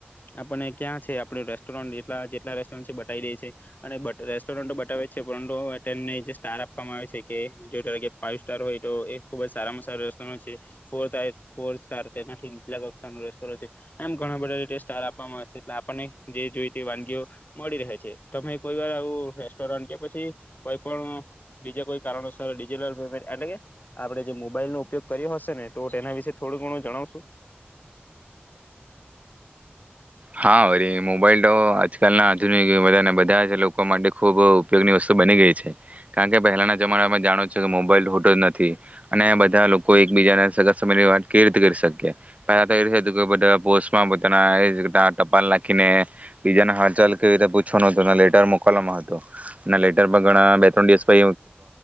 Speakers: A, on the left; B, on the right.
A: આપને ક્યાં છે આપડે રસ્ટોર જેટલા જેટલા રેસ્ટોરન્ટ છે બતાવી દે છે અને રેસ્ટોરન્ટો બતાવે છે પરંતુટેને જે સ્ટાર આપવામાં આવે છે કે જો ત કે ફાઈઇવ સ્ટાર હોય તો એ ખુબ જ સારામાં સારા રેસ્ટોરન્ટ છે ફોર ફોર સ્ટારનાથી નીચલા કક્ષાનું રેસ્ટોરન્ટ છે એમ ઘણા બધા રીતે સ્ટાર આપવામાં આવે છે એટલે આપણને જે જોઈ તે વાનગીઓ મળી રહે છે તમે કોઈ વાર આવું રેસ્ટોરન્ટ કે પછી કોઈ પણ બીજા કોઈ કારણોસર ડિજિટલ પેમેન્ટ એટલે કે આપણે જે મોબાઈલ નો ઉપયોગ કર્યો હશે ને તો તેના વિશે થોડું ઘણું જણાવશું.
B: હા વરી મોબાઈલ તો આજકાલના આધુનિક બધા જ લોકો માટે ખુબ ઉપયોગની વસ્તુ બની ગઈ છે કારણ કે પહેલાના જમાનામાં જાણો છે કે મોબાઈલ હોતો જ નથી અને બધા લોકો એકબીજાને સગા સબંધનીવાત કેવી રીતે કરી શકે પહેલા તો એ કે બધા પોસ્ટમાં પોતાના ટપાલ નાખીને બીજા હાલચલ કેવી રીતે પૂછવા ન લેટર મોકલવાવામાં હતો ના લેટર પર ઘણા બે ત્રણ દિવસ પ્ર